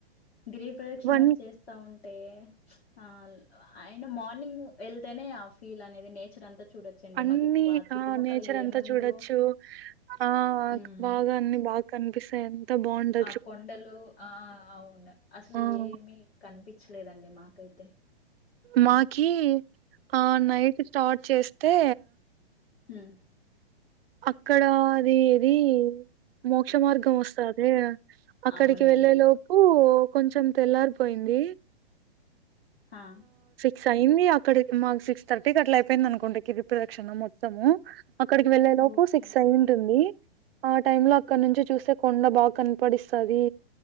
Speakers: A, on the left; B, on the right.
A: గిరిపదక్షణ
B: వన్
A: చేస్తా ఉం టే ఆ అయిన మార్నింగ్ వెళ్తేనే ఆ ఫీల్ అనేది నేచర్ అంతా చూడొచ్చండి
B: అన్ని
A: మాకి బా చుట్టుపక్కల
B: ఆ నేచర్
A: ఏముందో
B: అంతా చూడొచ్చు ఆ
A: హ్మ్
B: బాగా అన్ని బాగ్ కనిపిస్తే ఎంత బంట్
A: ఆ కొండలు ఆ అవును అసలు
B: ఆ
A: ఏమి కనిపించలేదండి మాకైతే
B: మాకీ ఆ నైట్ స్టర్ట్ చేస్తే
A: హ్మ
B: అక్కడ అది ఏది మోక్ష మార్గం వస్తాదె అక్కడికి
A: అవునండి
B: వెళ్ళే లోపు కొంచెం తెల్లారిపోయింది
A: హా
B: క్స్ అయింది అక్కడికి మాకు సిక్స్ థర్టీకి అట్లా అయిపోయింది అనుకుంట గిరి ప్రదక్షిణం మొత్తము అక్కడికి వెళ్ళే లోపు
A: ఓకే
B: సిక్స్
A: అండి
B: అయి ఉంటుంది ది ఆ టైం లో అక్కడ నుంచి చూస్తే కొండ బాగా కనపడిస్తాది